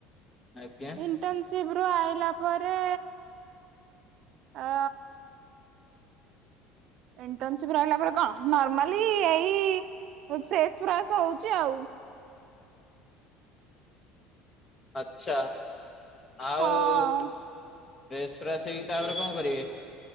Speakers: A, on the left; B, on the right.
A: ଆଜ୍ଞା
B: ଇଣ୍ଟର୍ନସିିପ୍ ପୂବରୁ ଆଇଲା ପରେ ଅ ଇଣ୍ଟର୍ନସିିପ ରହିଲା ପରେ କଣ ନର୍ମଲୀ ଏଇ ମୁଁ ଫ୍ରେଶ ଫ୍ରାସ ହଉଛି ଆଉ।
A: ଆଛା ଆଉ
B: ହଁ
A: ଵେସ <unintelligible> ସେଇି ତାପରେ କଣ କରିବେ?